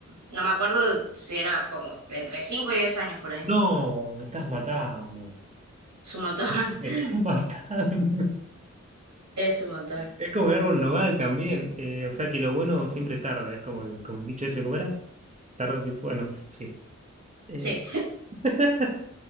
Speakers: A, on the right; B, on the right.
A: no me acuerdo si era como entre 5 y 10 años por ahí.
B: No, me estás matando.
A: Es un montón. <laughs>
B: Me estás <laughs> matando.
A: Es un montón.
B: Es como el árbol nogal también. eh, o sea que lo bueno siempre tarda. Es como el, como el dicho ese, ¿cómo era? Tarda, bueno, sí. Eh,
A: Sí,
B: <laughs>